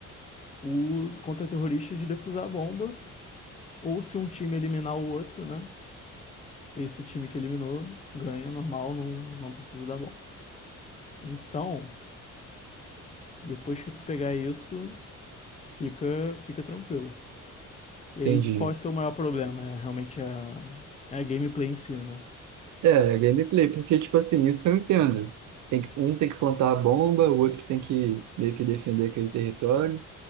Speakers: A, on the left; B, on the right.
A: o contra-terrorista de defusar a bomba, ou se um time eliminar o outro, né? Esse time que eliminou ganha normal, não, não precisa da bomba. Então, depois que tu pegar isso, fica, fica tranquilo. E
B: entendi.
A: aí, qual é o seu maior problema? É realmente a, é a gameplay em si, né?
B: É, é gameplay, porque, tipo assim, isso eu entendo. Tem que, um tem que plantar a bomba, o outro tem que meio que defender aquele território.